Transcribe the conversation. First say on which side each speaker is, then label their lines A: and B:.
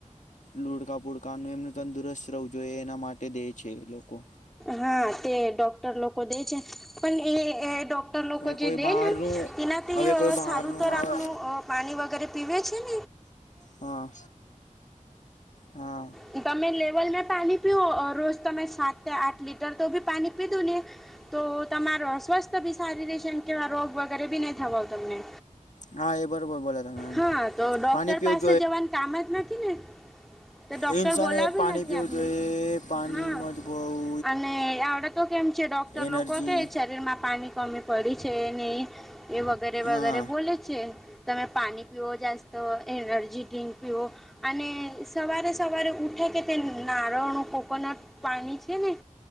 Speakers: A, on the left (about 65°); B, in the centre.
A: લુડકાપુડકાનું એમનું તંદુરસ્ત રહેવું જોઈએ. એના માટે દે છે લોકો.
B: હા તે ડોક્ટર લોકો દે છે, પણ એ ડોક લોકો
A: હવે
B: જે
A: કોઈ
B: દે
A: બહારનું
B: ને, તેનાથી
A: હવે કોઈ બહારનું
B: સારું તર
A: આવે.
B: આપનું પાણી વગેરે પીવે જ <unintelligible>
A: હા હા
B: બ તમે ચવલં પણી પીઓ રોસ્તા મેં સાત આઠ લીટર તો બી પાણી પીધું ને, તો તમાર સ્વસ્થ બી સારી રહેશે કેવા રોગ વગેરે બી થવા તમને.
A: હા એ બરોબર બોલે તમે એમ
B: હા તો ડોક્ટર
A: પાણી પીવું
B: પાસે જવાનું કામ જ નાખી ને. તો ડૉક્ટર
A: એ ઇન્સાને
B: બોલાવી
A: પાણી
B: નથી
A: પીવું
B: આપને
A: જોઈએ પાણીમાંજ
B: હા
A: બહ
B: અને આવડે તો કેમ છે ડોક્ટર
A: એનર્જી
B: લોકો કે શરીર માં પાણી કમી પડી છે ને, એ વગેરે વગેરે
A: હા
B: બોલે છે. તમે પાણી પીઓ જાસ્ટ એનર્જી ડ્રિંક પીઓ, અને સવારે સવારે ઉઠે કે તે નારળણું કોકોનટ પાણી છે. છેને,